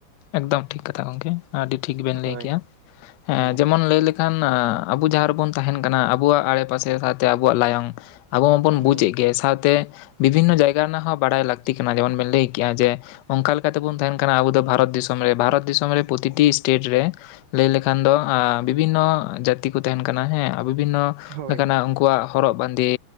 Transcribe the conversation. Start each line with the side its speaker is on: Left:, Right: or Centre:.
Left: ᱮᱠᱫᱚᱢ ᱴᱷᱤᱠ ᱠᱟᱛᱷᱟ ᱜᱚᱝᱠᱮ ᱟᱹᱰᱤ ᱴᱷᱤᱠ ᱵᱮᱱ
Right: ᱦᱳᱭ
Left: ᱞᱟᱹᱭ ᱠᱮᱜᱼᱟ, ᱦᱮᱸ
Right: ᱦᱚᱸ
Left: ᱡᱮᱢᱚᱱ ᱞᱟᱹᱭ ᱞᱮ ᱠᱷᱟᱱ ᱟᱵᱚ ᱡᱟᱦᱟᱸ ᱨᱮᱵᱚᱱ ᱛᱟᱦᱮᱸᱱ ᱠᱟᱱᱟ, ᱟᱵᱚᱣᱟᱜ ᱟᱲᱮ ᱯᱟᱥᱮ ᱥᱟᱶᱛᱮ ᱟᱵᱚᱣᱟᱜ ᱞᱟᱭᱚᱝ ᱟᱵᱚ ᱢᱟᱵᱚᱱ
Right: ᱦᱩᱸ
Left: ᱵᱩᱡ ᱮᱜ ᱜᱮ ᱥᱟᱶᱛᱮ ᱵᱤᱵᱷᱤᱱᱚ ᱡᱟᱭᱜᱟ ᱨᱮᱱᱟᱜ ᱦᱚᱸ ᱵᱟᱰᱟᱭ ᱞᱟᱹᱠᱛᱤ ᱠᱟᱱᱟ ᱾ ᱡᱮᱢᱚᱱ ᱵᱮᱱ ᱞᱟᱹᱭ ᱠᱮᱜᱼᱟ ᱡᱮ, ᱚᱱᱠᱟ ᱞᱮᱠᱟᱛᱮᱵᱚᱱ ᱛᱟᱦᱮᱱ ᱠᱟᱱᱟ ᱟᱵᱚ ᱫᱚ ᱵᱷᱟᱨᱚᱛ ᱵᱷᱟᱨᱚᱛ ᱫᱤᱥᱚᱢ ᱨᱮ ᱵᱷᱟᱨᱚᱛ ᱫᱤᱥᱚᱢ ᱨᱮ ᱯᱨᱚᱛᱤᱴᱤ ᱥᱴᱮᱴ ᱨᱮ ᱞᱟᱹᱭ ᱞᱮᱠᱷᱟᱱ ᱫᱚ ᱵᱤᱵᱷᱤᱱᱱᱚ ᱡᱟᱹᱛᱤ ᱠᱚ ᱛᱟᱦᱮᱱ ᱠᱟᱱᱟ ᱦᱮᱸ ᱵᱤᱵᱷᱤᱱᱱᱚ
Right: ᱦᱳᱭ
Left: ᱞᱮᱠᱟᱱᱟᱜ ᱩᱱᱠᱩᱣᱟᱜ ᱦᱚᱨᱚᱜ ᱵᱟᱸᱫᱮ